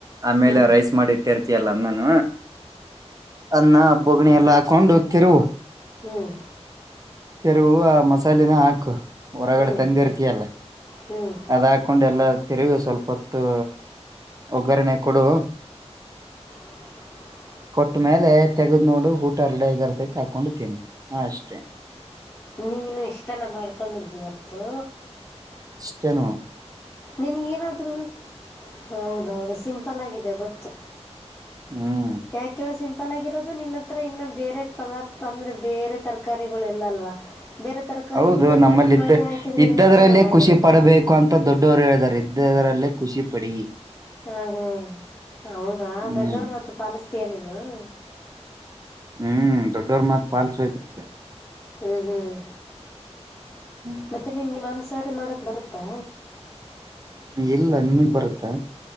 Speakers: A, on the right (about 30°); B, on the left (about 20°).
A: ಆಮೇಲೆ
B: ಹ್ಮ್ ಹ್ಮ್
A: ರೈಸ್ ಮಾಡಿ ಬಿಟ್ಟಿರ್ತಿಯಲ್ಲ ನಾನ ಅನ್ನ ಬಗ್ಣಿ ಎಲ್ಲ ಹಾಕೊಂಡು ಹತ್ತಿರು
B: ಹ್ಮ್
A: ತೆರುವು ಆ ಮಸಾಲೆನ ಹಾಕು ಹೊರಗಡೆ
B: ಹ್ಮ್
A: ತಂದಿರ್ತಯಲ್ಲ
B: ಹ್ಮ್
A: ಅದ್ ಹಾಕೊಂಡ ಎಲ್ಲ ತಿೆರುಗ ಸ್ವಲ್ಪ ಹೊತ್ತು ಒಗ್ಗರಿ ನೆಕ್ಕಡು
B: ಹ
A: ಕೊಟ್ಟ್ಮೇಲೆ ತೆಗದ್ ನೋಡು ಊಟ ಹರಡಗರ್ತೈತಿ ಹಾಕೊಂಡುತೀನಿ ಹ ಅಷ್ಟೇ
B: ನೀನು ಇಷ್ಟನ ಮಾಡ್ಕೊಂಡಿದ್ದಿಿವತ್ತು
A: ಚೆ ನೋಣ
B: ನನ್ಗ ಏನಾದ್ರೂ ಹೌದೌದು ಸಿಂಪಲ್ ಆಗಿದೆ ಗೊತ್ತು
A: ಹ್ಮ್
B: ಯಏಕ್ಕೆವ ಸಿಂ ಪಲಾಗಿರೋದು ನಿನ್ನ ಹತ್ರ ಇನ್ನ ಬೇರೆ ಪದಾರ್ಥ ಅಂದ್ರೆ ಬೇರೆ ತರಕಾರಿಗಳು ಎಲ್ಲ ಅಲ್ವಾ ಬೇರೆ ತರಕಾರಿಗಳು
A: ಹೌದು ನಮ್ಮಲ್ಲಿ್ದ
B: ಕಟ್ ಮಾಡಿ ಹಾಕಿದರೆ
A: ಇದ್ದದ್ರಲ್ಲೇ
B: ಇನ್ನೂ ಚೆನ್ನಾಗಿರುತ್ತೆ
A: ಖುಷಿ ಪಡಬೇಕು ಅಂತ ದೊಡ್ಡವರು ಹೇಳಾರೆ ್ದದರಲ್ಲೇ ಖುಷಿಪಡಿ
B: ಹಾ ಹ್ಮ್ ಹೌದಾ
A: ಹ್ಮ್
B: ದೊಡ್ಡವರು ಮ ಪಾಲಿಸತೀಯ ನೀನು <inaudible>
A: ಹ್ಮ್ ದೊಡ್ಡವ್ರ ಮತ್ ಪಾಲ್ಸಬೇಕಂತೆ
B: ಹ್ಮ್ ಹ್ಮ್
A: ಹ್ಮ್
B: ಮತ್ತೆ ನಿನ್ಗೆ ಮಾಂಸ ಸಾರಿ ಮಾಡಕ್ ಬರುತ್ತಾ
A: ಇಲ್ಲ ನಿನ್ಗ್ ಬರುತ್ತಾ